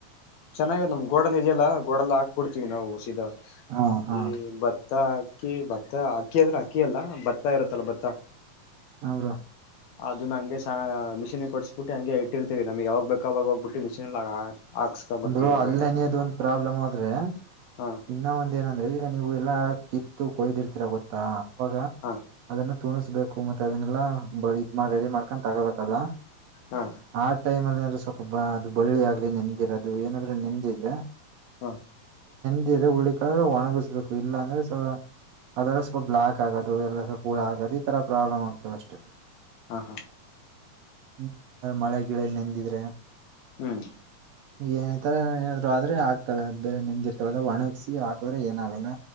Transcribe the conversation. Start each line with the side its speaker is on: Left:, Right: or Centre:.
Left: ಚೆನ್ನಾಗ ನಮ್ ಗೋಡನ್ ಇದೆಯಲ್ಲಾ ಗೋಡೆಲ್ಲ ಹಾಕ್ಬಿಡ್ತೀವಿ ನಾವು ಸೀದಾ
Right: ಹಾ ಹಾ
Left: ಈ ಬತ್ತ ಭತ್ತ ಅಕ್ಕಿ ಭತ್ತ ಅಕ್ಕಿ ಅಂದ್ರೆ ಅಕ್ಕಿ ಅಲ್ಲ ಭತ್ತ ಇರುತ್ತಲ್ಲ ಭತ್ತ
Right: ಅ ಬ್ರೋ
Left: ಅದನ್ನ ಹಂಗೆಹ ಮಿಷಿನ್ಗೆ ಕೊಟ್ಟಿಸಸ್ಬಿಟ್ಟಿ ಹಂಗೆ ಇಟ್ಟಿರ್ತೀವಿ ನಮ್ ಯಾವಾಗ ಬೇಕಕ್ ಅವಾಗ ಹೋಗ್ಬಿಟ್ಟು ಮಿಷಿನ್ ಹಾಕ್ಸ್ಕೊ
Right: ಅಂದ್ರು
Left: ಬರ್ತೀವಿ
Right: ಅಲ್ಲಿ
Left: ಭತ್ತ
Right: ನನದು ಒಂದ್ ಪ್ರಾಬ್ಲಮ್ ಆದದ್ರೆ
Left: ಹಾ
Right: ಇನ್ನ ಒಂದ ಏನಂದ್ರೆ ಈಗ ನೀವು ಎಲ್ಲಾ ಕಿತ್ತು ಕೊಯ್ದಿರ್ತೀರ ಗೊತ್ತಾ ಅವಾಗ
Left: ಹಾ
Right: ಅದನ್ನು ತುಣಸ್ಬೇಕು ಮತ್ತೆ ಅದನ್ನೆಲ್ಲ ಬ ಇದ್ಮ ರೆಡಿ ಮಾಡ್ಕೊಂಡ ತಗೋಬೇಕಲ್ಲ
Left: ಹಾ
Right: ಆ ಟೈಮ್ ಅಲ್ಲಿ ಏಂದ್ರರು ಸ್ವಲ್ಪೊಬ್ಬಾ ಅದು ಬಳ್ಳಿ ಆಗ್ಲಿ ನೆಂದಿರೋದು ಏನಾದ್ರೂ ನೆಂದಿದ್ರೆ
Left: ಹಾ
Right: ಹಳ್ಳಿ ಕಳ್ರೆ ಒಣಗಿಸ್ಬೇಕು ಇಲ್ಲ ಅಂದ್ರೆ ಸ ಅದೆ್ರಲ್ಲ ಸ್ವಲ್ಪ ಬ್ಲ್ಲಾಕ್ ಆಗೋದು ಎಲ್ಲ ಸ್ವಲ್ಪ ಹುಳ ಆಗೋದು ಈ ತರ ಪ್ರಾಬ್ಲಮ್ ಆಗ್ತದ ಅಷ್ಟೆ
Left: ಹಾ ಹಾ
Right: ಹ್ಮ ಮಳೆ ಗಿಡ ನೆಂದಿದ್ರೆ
Left: ಹ್ಮ್
Right: ಏನ ಈ ತರ ಹೇಳಿದ್ರು ಆದ್ರೆ ಆಗ್ತವೆ ಅ ಬೇರೆ ನಂದಿರ್ತವಲ್ಲ ಒಣಗ್ಸಿ ಹಾಕದ್ರೆ ಏನಾಗಲ್ಲ